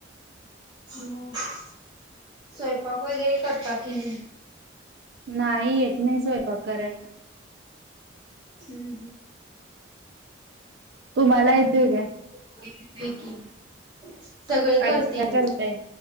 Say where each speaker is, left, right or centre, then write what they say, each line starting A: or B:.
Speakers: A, on the right (about 25°); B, on the right (about 55°).
A: <unintelligible> स्वयंपाक वगैरे करता की नाही?
B: नाही येत नाही स्वयंपाक करायला
A: हम्म हम्म
B: तुमला येतोय काय?
A: होय येतोय की सगळे
B: काय
A: करते
B: काय
A: मी‌
B: करताय